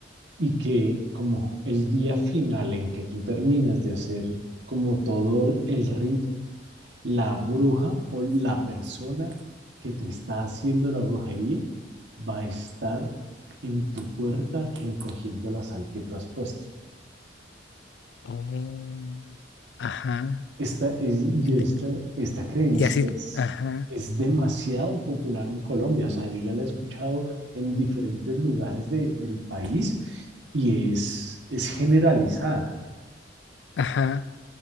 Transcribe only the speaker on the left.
Oh, ajá.
Te-
Y así,
ajá,
ajá.